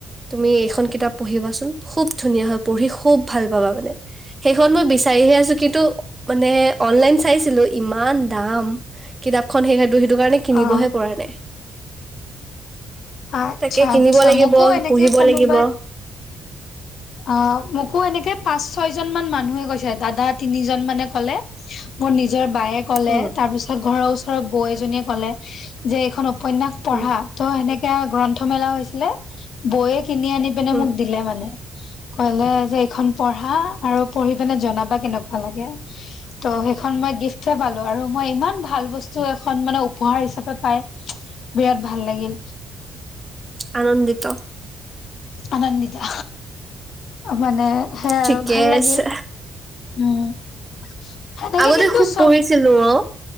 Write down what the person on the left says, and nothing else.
অ
আচ্ছা
আচ্ছা
মোকো এনেকে
কোনোবাই
অ মোকো এনেকে পাঁচ ছয় জনমান মানুহে কৈছে দাদা তিনিজন মানে কলে মোৰ নিজ নিজৰ বায়ে ক'লে
তাৰ পিছত ঘৰৰ ওচৰৰ বৌ এজনীয়ে ক'লে যে এইখন উপন্যাস পঢ়া
ত' সেনেকে আৱ গ্ৰন্থ মেলা হৈছিলে বৌৱে কিনি আনি পিনে
মোক দিলে মানে। কলে যে এইখন পঢ়া আৰু পঢ়ি পিনে জনাবা কেনেকোৱা লাগে ত' এইখন মই গিফ্ট হে পালো আৰু মই ইমান ভাল বস্তু এখন মানে উপহাৰ হিচাপে পাই বিৰাট ভাল লাগিল
আনন্দিতা। মানে সেই আৰু
ভাল লাগিল
উম সেনেকে
কিন্তু
চব